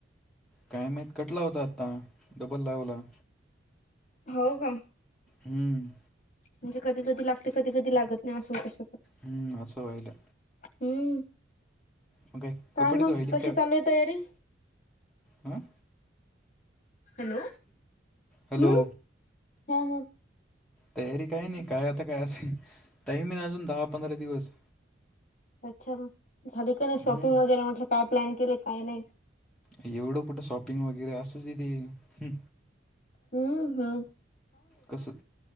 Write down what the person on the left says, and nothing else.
हो का
म्हणजे कधी कधी लागते कधी कधी लागत नाही असं होतं शगत
हम्म
काय
मग कशी चालू आहे तयारी
हॅलो
हम् हा हा
अच्छा झाली का नाही
शॉपिंग वगैरे म्हटलं काय प्लॅन केले काय नाही
हम्म हा